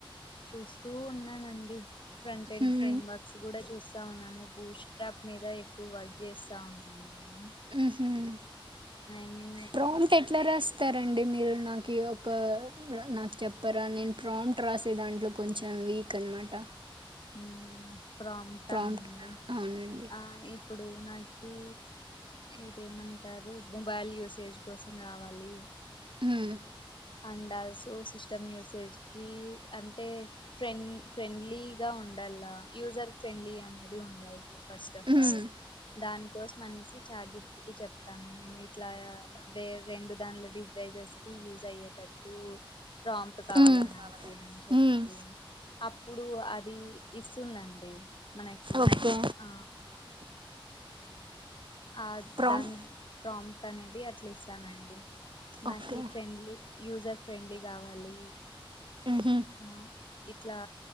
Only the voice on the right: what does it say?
హ్మ్,
మ్హూ.
ప్రాంప్ట్ ఎట్ల రాస్తారు ండి మీరు నాకు ఒక నాకు చెప్పరా నేను ప్రాంప్ట్ రాసే దాంట్లో కొంచెం వీక్ అనమాట
ప్రాంప్ట్
అవునండి
ఉమ్
మ్మ్.
మ్మ్.
మ్మ్.
ఓకే
ప్రామ్
ఓకే
ఉహు